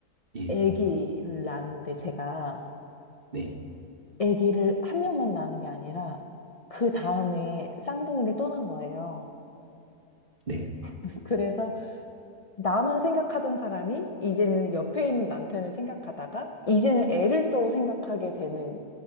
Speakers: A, on the right (about 40°); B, on the left (about 35°).
A: 예,
B: 아기를 낳았는데 제가
A: 네,
B: 아기를 한 명만 낳은 게 아니라 그 다음에 쌍둥이를 또 낳은 거예요.
A: 네.
B: <laughs> 그래서 나만 생각하던 사람이 이제는 옆에 있는 남편을 생각하다가 이제는 애를 또 생각하게 되는